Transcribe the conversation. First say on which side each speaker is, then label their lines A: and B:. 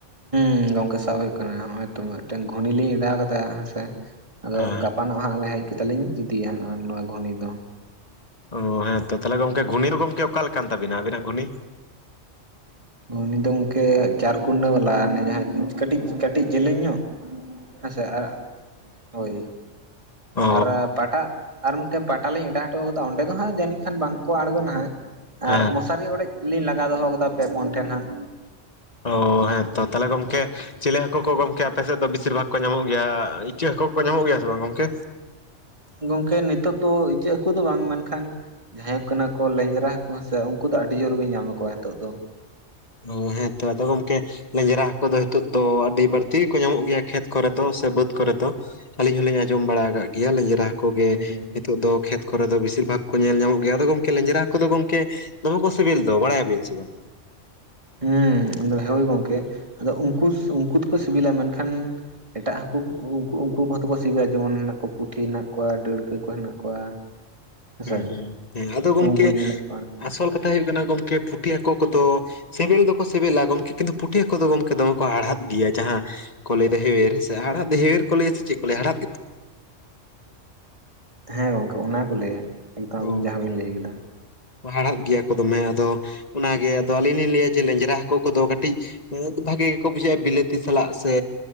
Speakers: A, on the right; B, on the left.
A: ᱦᱩᱢ, ᱜᱚᱝᱠᱮ ᱥᱟᱵ ᱦᱩᱭᱩᱜ ᱠᱟᱱᱟ᱾ ᱱᱚᱜᱼᱚᱭ ᱛᱚ ᱢᱤᱫᱴᱮᱱ ᱜᱷᱩᱱᱤ ᱞᱤᱧ ᱚᱰᱟᱣ ᱠᱟᱫᱟ ᱦᱮᱸ ᱥᱮ ᱟᱫᱚ
B: ᱦᱮᱸ
A: ᱜᱟᱯ ᱜᱟᱯᱟᱱᱚᱜ ᱦᱟᱸᱜ ᱞᱮ ᱦᱮᱡ ᱠᱟᱛᱮᱫ ᱞᱤᱧ ᱤᱫᱤᱭᱟ ᱱᱚᱣᱟ ᱜᱷᱩᱱᱤ ᱫᱚ᱾
B: ᱚ ᱦᱮᱸ ᱛᱚ ᱛᱟᱦᱚᱞᱮ ᱜᱚᱢᱠᱮ, ᱜᱷᱩᱱᱤ ᱫᱚ ᱜᱚᱢᱠᱮ ᱚᱠᱟ ᱞᱮᱠᱟᱱ ᱛᱟᱵᱤᱱᱟ ᱟᱹᱵᱱᱟᱜ ᱜᱷᱩᱱᱤ?
A: ᱜᱷᱩᱱᱤ ᱫᱚ ᱜᱚᱢᱠᱮ ᱪᱟᱨ ᱠᱩᱱᱟᱹ ᱵᱟᱞᱟ ᱚᱱᱮ ᱡᱟᱦᱟᱸ ᱠᱟᱹᱴᱤᱡ ᱠᱟᱹᱴᱤᱡ ᱡᱮᱞᱮᱧ ᱧᱚᱜ ᱦᱮᱸ ᱥᱮ ᱟᱨ, ᱦᱳᱭ᱾
B: ᱚ
A: ᱟᱨ ᱯᱟᱴᱟ, ᱟᱨ ᱢᱤᱫᱴᱮᱱ ᱯᱟᱴᱟ ᱞᱤᱧ ᱚᱰᱟᱣ ᱦᱚᱴᱚ ᱠᱟᱫᱟ ᱚᱸᱰᱮ ᱫᱚ ᱦᱟᱸᱜ ᱡᱟᱹᱱᱤᱡ ᱠᱷᱟᱱ ᱵᱟᱝᱠᱚ ᱟᱬᱜᱚᱱᱟ ᱦᱟᱸᱜ᱾
B: ᱦᱮᱸ
A: ᱟᱨ ᱢᱚᱥᱟᱨᱤ ᱚᱲᱮᱡ ᱠᱚᱞᱤᱧ ᱞᱟᱜᱟᱣ ᱫᱚᱦᱚ ᱠᱟᱫᱟ ᱯᱮ ᱯᱳᱱ ᱴᱷᱮᱱ ᱦᱟᱸᱜ᱾
B: <inaudible> ᱚ ᱦᱮᱸ ᱛᱚ ᱛᱟᱞᱦᱮ ᱜᱚᱢᱠᱮ, ᱪᱤᱞᱮ ᱦᱟᱹᱠᱩ ᱠᱚ ᱜᱚᱢᱠᱮ ᱟᱯᱮ ᱥᱮᱫ ᱫᱚ ᱵᱮᱥᱤᱨ ᱵᱷᱟᱜᱽ ᱠᱚ ᱧᱟᱢᱚᱜ ᱜᱮᱭᱟ? ᱤᱪᱟᱹᱜ ᱦᱟᱹᱠᱩ ᱠᱚᱠᱚ ᱧᱟᱢᱚᱜ ᱜᱮᱭᱟ ᱥᱮ ᱵᱟᱝ ᱜᱚᱝᱠᱮ?
A: ᱜᱚᱝᱠᱮ ᱱᱤᱛᱚᱜ ᱫᱚ ᱤᱪᱟᱹᱜ ᱦᱟᱹᱠᱩ ᱫᱚ ᱵᱟᱝ, ᱢᱮᱱᱠᱷᱟᱱ ᱡᱟᱦᱟᱸᱭ ᱠᱟᱱᱟ ᱠᱚ ᱞᱮᱸᱧᱡᱽᱨᱟ ᱠᱩ ᱦᱮᱸ ᱥᱮ, ᱩᱱᱠᱩ ᱫᱚ ᱟᱹᱰᱤ ᱡᱳᱨᱵᱤᱱ ᱧᱟᱢ ᱠᱚᱣᱟ ᱱᱤᱛᱚᱜ ᱫᱚ᱾
B: ᱚ ᱦᱮᱸ ᱛᱚ ᱟᱫᱚ ᱜᱚᱢᱠᱮ ᱞᱮᱧᱡᱽᱨᱟ ᱦᱟᱹᱠᱩ ᱫᱚ ᱱᱤᱛᱚᱜ ᱫᱚ ᱟᱹᱰᱤ ᱵᱟᱹᱲᱛᱤ ᱜᱮᱠᱚ ᱧᱟᱢᱚᱜ ᱜᱮᱭᱟ ᱠᱷᱮᱛ ᱠᱚᱨᱮ ᱫᱚ ᱥᱮ ᱵᱟᱹᱫᱽ ᱠᱚᱨᱮ ᱫᱚ᱾ ᱟᱹᱞᱤᱧ ᱦᱚᱸᱞᱤᱧ ᱟᱸᱡᱚᱢ ᱵᱟᱲᱟ ᱠᱟᱜ ᱜᱮᱭᱟ᱾ ᱞᱮᱧᱡᱽᱨᱟ ᱦᱟᱹᱠᱩ ᱜᱮ
A: ᱦᱩᱸ
B: ᱱᱤᱛᱚᱜ ᱫᱚ ᱠᱷᱮᱛ ᱠᱚᱨᱮ ᱫᱚ ᱵᱮᱥᱤᱨ ᱵᱷᱟᱜᱽ ᱠᱚ ᱧᱮᱞ ᱧᱟᱢᱚᱜ ᱜᱮᱭᱟ᱾ ᱟᱫᱚ ᱜᱚᱢᱠᱮ ᱞᱮᱸᱧᱡᱽᱨᱟ ᱦᱟᱹᱠᱩ ᱫᱚ ᱜᱚᱝᱠᱮ, ᱫᱚᱢᱮ ᱠᱚ ᱥᱮᱵᱮᱞ ᱫᱚ᱾ ᱵᱟᱲᱟᱭᱟᱵᱤᱱ ᱥᱮ ᱵᱟᱝ?
A: ᱦᱩᱸ, ᱩᱱ ᱫᱚ ᱦᱳᱭ ᱜᱚᱝᱠᱮ᱾ ᱟᱫᱚ ᱩᱱᱠᱩ ᱩᱱᱠᱩ ᱫᱚᱠᱚ ᱥᱤᱵᱤᱞᱟ᱾ ᱢᱮᱱᱠᱷᱟᱱ ᱮᱴᱟᱜ ᱦᱟᱹᱠᱩ ᱠᱩ ᱩᱱᱠᱩ ᱠᱚᱦᱚ ᱛᱚ ᱠᱚ ᱥᱤᱵᱤᱞᱟ ᱡᱮᱢᱚᱱ ᱢᱮᱱᱟᱜ ᱠᱚᱣᱟ ᱯᱩᱴᱷᱤ ᱦᱮᱱᱟᱜ ᱠᱚᱣᱟ, ᱰᱟᱹᱲᱠᱟᱹ ᱠᱚ ᱦᱮᱱᱟᱜ ᱠᱚᱣᱟ᱾ ᱦᱮᱸᱥᱮ
B: ᱦᱮᱸ ᱦᱮᱸ ᱟᱫᱚ
A: ᱵᱩᱢᱵᱩᱡ
B: ᱜᱚᱢᱠᱮ
A: ᱢᱮᱱᱟᱜ ᱠᱚᱣᱟ
B: ᱟᱥᱚᱞ ᱠᱟᱛᱷᱟ ᱦᱩᱭᱩᱜ ᱠᱟᱱᱟ ᱜᱚᱝᱠᱮ, ᱯᱩᱴᱷᱤ ᱦᱟᱹᱠᱳ ᱠᱚᱫᱚ ᱥᱤᱵᱮᱞ ᱫᱚᱠᱚ ᱥᱤᱵᱮᱞᱟ ᱜᱚᱢᱠᱮ᱾ ᱠᱤᱱᱛᱩ ᱯᱩᱴᱷᱤᱟᱹ ᱦᱟᱠᱳ ᱫᱚ ᱜᱚᱢᱠᱮ ᱫᱚᱢᱮ ᱠᱚ ᱦᱟᱲᱦᱟᱫ ᱜᱮᱭᱟ᱾ ᱡᱟᱦᱟᱸ ᱠᱚ ᱞᱟᱹᱭ ᱫᱟ ᱦᱮᱣᱮᱨ᱾ ᱦᱮᱸ ᱥᱮ ᱦᱟᱲᱦᱟᱫ ᱫᱚ ᱦᱮᱣᱮᱨ ᱠᱚ ᱞᱟᱹᱭᱼᱟ ᱥᱮ ᱪᱮᱫ ᱠᱚ ᱞᱟᱹᱭᱟ? ᱦᱟᱲᱦᱟᱛ ᱜᱮᱛᱚ᱾
A: ᱦᱮᱸ ᱜᱚᱝᱠᱮ ᱚᱱᱟ ᱜᱮᱠᱚ ᱞᱟᱹᱭᱟ᱾ ᱮᱠᱫᱚᱢ ᱟᱵᱤᱱ
B: ᱚ
A: ᱡᱟᱦᱟᱸ ᱵᱤᱱ ᱞᱟᱹᱭ ᱠᱮᱫᱟ᱾
B: ᱦᱟᱲᱦᱟᱫ ᱜᱮᱭᱟ ᱠᱚ ᱫᱚᱢᱮ᱾ ᱟᱫᱚ ᱚᱱᱟᱜᱮ ᱟᱫᱚ ᱟᱞᱤᱧ ᱞᱤᱧ ᱞᱟᱹᱭᱟ ᱡᱮ ᱞᱮᱧᱡᱽᱨᱟ ᱦᱟᱹᱠᱩ ᱠᱚᱫᱚ ᱠᱟᱹᱴᱤᱡ ᱩᱸᱜ ᱵᱷᱟᱜᱮ ᱜᱮᱠᱚ ᱵᱩᱡᱷᱟᱹᱜᱼᱟ ᱵᱤᱞᱟᱹᱛᱤ ᱥᱟᱞᱟᱜ, ᱥᱮ